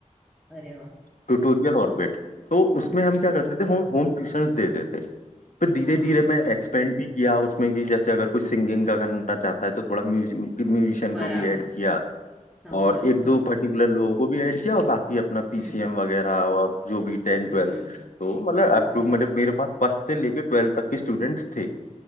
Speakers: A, in the centre; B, on the left.
A: अरे वाह
B: Tutorial
A: सही है।
B: orbit तो उसमें
A: हम्म हम्म
B: हम क्या
A: हम्म,
B: करते थे होम होम ट्यूशंस देते थे फिर धीरे
A: हाँ
B: धीरे
A: हाँ
B: मैं एक्सपेंड भी किया उसमें कि जैसे अगर कोई सिंगिंग का करना चाहता है तो थोड़ा म्यूजिशियन
A: बराबर
B: को भी ऐड किया
A: समझा
B: और एक
A: हाँ
B: दो पर्टिकुलर लोगों को भी ऐड किया और बाकी अपना पीसीएम
A: हम्म
B: वगैरह और जो भी टेन
A: हम्म
B: ट्वेल्थ
A: हम्म
B: तो मतलब
A: हम्म
B: अप्रूव
A: हम्म,
B: मेरे मेरे पास फर्स्ट से लेके ट्वेल्थ तक के स्टूडेंट्स थे